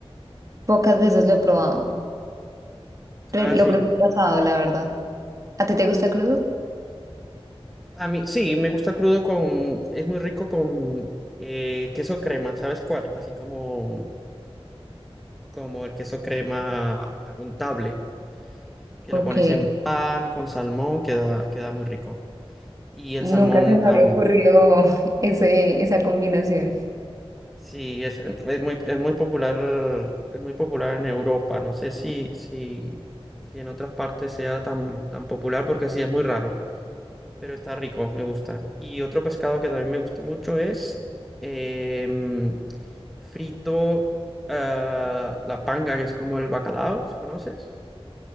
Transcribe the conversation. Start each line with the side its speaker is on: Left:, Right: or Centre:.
Right: Pocas veces lo he probado. Re-
Centre: Ah,
Right: Lo
Centre: sí.
Right: prefiero asado, la verdad. ¿A ti te gusta crudo?
Centre: A mí, sí, me gusta crudo con, es muy rico con eh, queso crema, ¿sabes cuál? Así como, como el queso crema untable, que
Right: Ok,
Centre: lo pones en pan con salmón, queda, queda muy rico. Y
Right: nunca
Centre: el salmón
Right: se me
Centre: aún,
Right: habría ocurrido <laughs> ese, esa combinación.
Centre: sí, es, es muy, es muy popular, es muy popular en Europa. No sé si, si, si en otras partes sea tan, tan popular, porque sí, es muy raro. pero está rico, me gusta. Y otro pescado que también me gusta mucho es em, frito, ah, la panga, que es como el bacalao, ¿conoces?